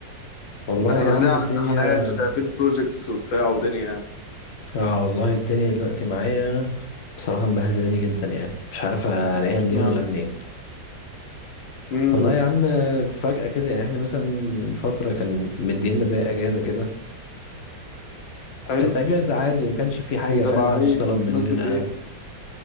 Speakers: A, on the left (about 40°); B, on the left (about 75°).
A: والله
B: ان احنا
A: يا
B: داخلين
A: عم
B: على
A: الدنيا
B: امتحانات وتقفيل بروجكتس وبتاع ودنيا يعني
A: اه والله الدنيا دلوقتي معايا بصراحة مبهدلاني جدا يعني مش عارف الاقيها
B: اشمعنى
A: منين ولا منين
B: امم
A: والله يا عم فجأة كده يعني احنا مثلا من فترة كان مدينا زي اجازة كده
B: حلو
A: كانت اجازة عادي ما كانش في حاجة
B: دي تبع
A: فاهم محدش
B: ايه
A: طلب مننا
B: مناسبه ايه